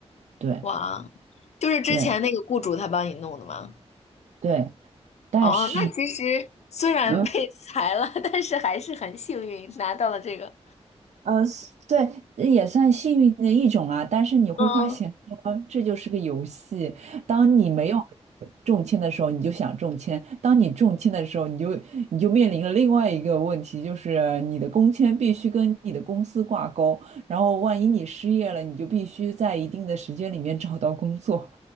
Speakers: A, on the right; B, on the left.
A: 对
B: 哇，就是之前那个雇主他帮你弄的吗？
A: 对对，但是，
B: 哦，那其实虽然被裁了，
A: 嗯
B: <laughs> 但是还是很幸运拿到了这个。
A: 呃，对，也算幸运的一种啦。但是你会发现说这就是个游戏。
B: 嗯
A: 当你没有中签的时候，你就想中签；当你中签的时候，你就你就面临了另外一个问题，就是你的工签必须跟你的公司挂钩。然后，万一你失业了，你就必须在一定的时间里面找到工作。